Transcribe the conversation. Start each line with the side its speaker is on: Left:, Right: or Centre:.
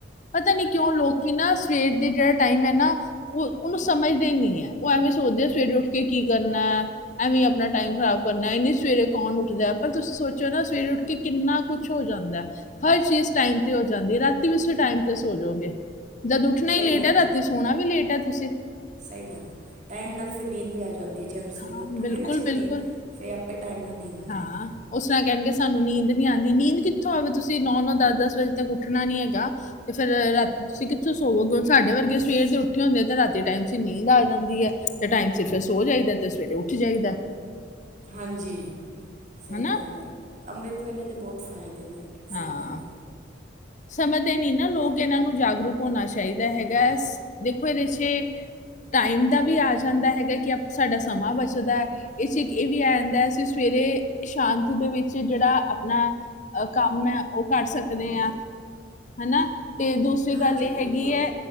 Left: ਪਤਾ ਨੀ ਕਿਉਂ ਲੋਕ ਨਾ ਸਵੇਰ ਦੇ ਜਿਹੜਾ ਟਾਈਮ ਹੈ ਨਾ ਉਹ ਉਹਨੂੰ ਸਮਝਦੇ ਨੀ ਹੈ ਉਹ ਐਵੇਂ। ਸੋਚਦੇ ਆ ਸਵੇਰੇ ਉੱਠ ਕੇ ਕੀ ਕਰਨਾ ਐਵੇਂ ਆਪਣਾ ਟਾਈਮ ਖਰਾਬ ਕਰਨਾ ਇਹਨੇ ਸਵੇਰੇ ਕੌਣ ਉੱਠਦਾ ਪਰ ਤੁਸੀਂ। ਸੀ ਸੋਚੋ ਨਾ ਸਵੇਰੇ ਉੱਠ ਕੇ ਕਿੰਨਾ। ਕੁਛ ਹੋ ਜਾਂਦਾ ਹਰ ਚੀਜ਼ ਟਾਈਮ ਤੇ ਹੋ ਜਾਂਦੀ ਰਾਤੀ ਵੀ ਤੁਸੀਂ ਟਾਈਮ ਤੇ ਸੋ ਜਾਓਗੇ। ਜਦ ਉੱਠਣਾ
Right: ਸਹੀ
Left: ਹੀ ਲੇਟ
Right: ਗੱਲ
Left: ਹੈ ਰਾਤੀ ਸੋਣਾ ਵੀ ਲੇਟ ਹੈ ਤੁਸੀਂ।
Right: ਸਹੀ ਗੱਲ ਹੈ ਟਾਈਮ ਨਾਲ ਫਿਰ ਨੀਂਦ ਵੀ ਆ ਜਾਂਦੀ ਹੈ। ਜੇ ਅਗਰ ਸਵੇਰੇ
Left: ਹਾਂ
Right: ਉੱਠੋਗੇ
Left: ਬਿਲਕੁਲ
Right: ਨਾ ਛੇਤੀ
Left: ਬਿਲਕੁਲ
Right: ਫਿਰ ਆਪੇ ਟਾਈਮ ਨਾਲ। ਨੀਂਦ ਆ ਜਾਂਦੀ
Left: ਹਾਂ ਉਸ ਰ੍ਹਾਂ ਕਹਿਣਗੇ। ਸਾਨੂੰ ਨੀਂਦ ਨੀ ਆਉਂਦੀ ਨੀਂਦ ਕਿੱਥੋਂ ਆਵੇ ਤੁਸੀਂ ਨੌ ਨੌ ਦਸ ਦਸ ਵਜੇ ਤੱਕ ਉੱਠਣਾ ਨੀ ਹੈਗਾ ਤੇ ਫਿਰ ਰਾਤੀ। ਤੁਸੀਂ ਕਿੱਥੋਂ ਸੋਵੋ ਕਿਉਂ ਸਾਡੇ ਵਰਗੇ ਸਵੇਰ ਦੇ ਉੱਠੇ ਹੁੰਦੇ ਆ ਤੇ ਰਾਤੀ ਟਾਈਮ ਸ ਨੀਂਦ ਆ ਜਾਂਦੀ ਹੈ। ਤੇ ਟਾਈਮ ਸਿਰ ਸੋ ਜਾਈਦਾ ਤੇ ਸਵੇਰੇ ਉੱਠ ਜਾਈਦਾ।
Right: ਹਾਂਜੀ ਸਹੀ
Left: ਹਨਾ
Right: ਗੱਲ ਹੈ। ਅੰਮ੍ਰਿਤ ਵੇਲੇ ਦੇ ਬਹੁਤ ਫਾਇਦੇ। ਦੇਨ ਸਹੀ
Left: ਹਾਂ
Right: ਗੱਲ ਹੈ।
Left: ਸਮਝਦੇ ਨਹੀਂ ਨਾ ਲੋਕ ਇਹਨਾਂ ਨੂੰ ਜਾਗਰੂਕ ਹੋਣਾ ਚਾਹੀਦਾ ਹੈਗਾ ਦੇਖੋ ਇਹ ਦੇਛ ਟਾਈਮ ਦਾ ਵੀ ਆ ਜਾਂਦਾ ਹੈਗਾ ਕਿ ਸਾਡਾ ਸਮਾਂ ਬਚਦਾ ਇਹ ਚ ਇਹ ਵੀ ਆ ਜਾਂਦਾ ਹੈਸੀ ਸਵੇ। ਮੇਰੇ ਸ਼ਾਂਤੀ ਦੇ ਵਿੱਚ ਜਿਹੜਾ ਆਪਣਾ ਅ ਕੰਮ ਹੈ ਉਹ ਕਰ ਸਕਦੇ ਹਾਂ ਹਨਾ ਅਤੇ ਦੂਸਰੀ ਗੱਲ
Right: ਹਾਂਜੀ
Left: ਇਹ ਹੈਗੀ
Right: ਬਿਲਕੁਲ
Left: ਹੈ